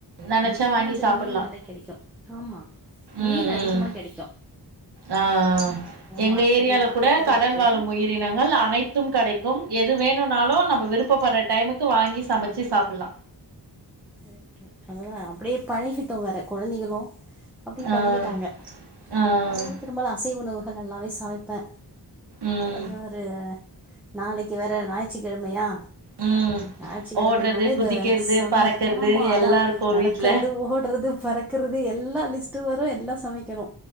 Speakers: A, on the right; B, in the centre.
A: நெனச்சா
B: முக்கியமா
A: வாங்கி
B: வந்து
A: சாப்புட்லா
B: மீன் நல்ல கெடைக்கூ ஆமா மீன்
A: ம்
B: அதிகமா
A: ம்
B: கெடைக்கூ
A: ஆ ஆ எங்க
B: மார்க்கெட்
A: ஏரியால
B: இங்க பக்கத்துல
A: கூட கடல்
B: இருக்கு
A: வாழும் உயிரின னங்கள் அனைத்தும் கடைக்கும் எது வேணுனாலு நம்ப விருப்பப்பட்ற டைமுக்கு வாங்கி சமச்சி சாப்புலா
B: ஓகே அதுதா அப்டியே பழகிட்டோ வேற கொழந்தைகளு அப்டி
A: ஆ
B: பழகிட்டாங்க
A: ஆ
B: அத பெரும்பாலு அசைவ் உணவுகள் நல்லாவே சமைப்பே
A: ம்
B: அது ஒரு நாளைக் க்கி வேற ஞாயிற்றுக்கிழமையா
A: ம்
B: ஞாயிற்றுக்கிழமைனாலே
A: ஓடுறது குதிக்கிறது
B: இந்த சமையல்
A: பறக்கறது
B: ஆமா அதா
A: எல்லா இருக்கு
B: நடக்கறது
A: வீட்ல
B: ஓடுறது பறக்கறது எல்லா லிஸ்ட்டு வரு எல்லா சமைக்கணு